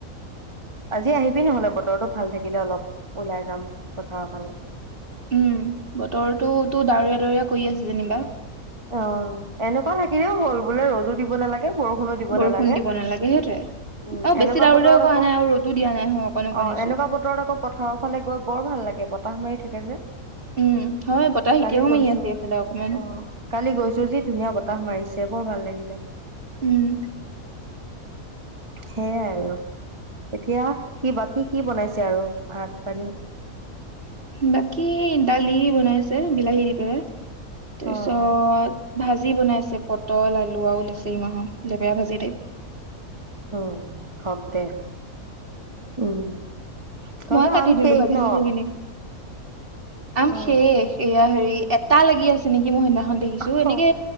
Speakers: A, on the right (about 20°); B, on the right (about 40°).
A: আজি আহিবি নহলে বতৰটো ভাল থাকিলে অলপ ওলাই যাম পথাৰৰ ফালে।
B: উম বতৰটোতো ডাৱৰীয়া ডাৱৰীয়া। কৰি আছে যেনিবা।
A: অ এনেকুৱা থাকিলেও হ'ল বোলে ৰদো দিব নালাগে। বৰষুণো দিব
B: বৰষুণ
A: নালাগে।
B: দিব নালাগে সেইটোৱে
A: উম
B: অ বেছি
A: এনেকুৱা
B: ডাৱৰীয়াও
A: বতৰত
B: কৰা
A: আকৌ
B: নাই আৰু ৰ'দো দিয়া নাই হয় অকণ অকণ
A: অ
B: এচুক
A: এনেকুৱা বতৰত আকৌ পথাৰৰ ফালে গৈ বৰ ভাল লাগে। পাহ মাৰি থাকে যে।
B: উম হয় বতাহ
A: কালি
B: এতিয়াও
A: গৈছো
B: মাৰি আছে এইফালে। অকমান
A: অ কালি গৈছো যি ধুনীয়া বতাহ মাৰিছে। বৰ ভাল লাগিলে।
B: উম।
A: সেইয়াই আৰু এতিয়া কি বা কি কি বনাইছে আৰু ভাত। পানী
B: বাকী দালীও। বনাইছে বিলাহী দি পিনে। তাৰপিছত,
A: অ'।
B: ভাজি বনাইছে পটল, আলু আৰু লেচৰি মাহৰ লেপেৰা ভাজি টাইম।
A: অহ হক দে। উম তহঁতৰ
B: মইয়ে কাটি
A: আম
B: দিলো
A: শেষ
B: ভাজি
A: ন?
B: চাজি খিনি। আম
A: অ',
B: শেষ সেয়া হেৰি। এটা লাগি আছে নেকি সেই দেখিছো
A: অ',
B: এনেকে